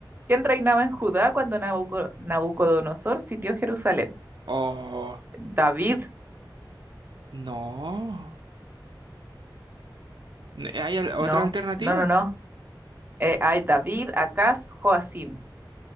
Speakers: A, on the right; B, on the right.
A: ¿Quién reinaba en Judá cuando Nabuco- Nabucodonosor sitió Jerusalén?
B: Oh,
A: David.
B: no. ¿Hay al- otra
A: No,
B: alternativa?
A: no, no, no. Eh, ay, David, Acaz, Joacim.